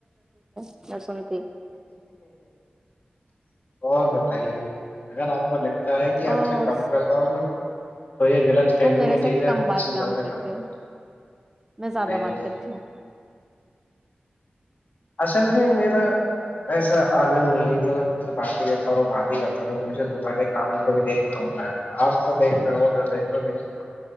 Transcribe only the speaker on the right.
س
اور
تم میرے
سے
کم
بات
کام
کرتے
ہو میں زیادہ
بات کرتی ہوں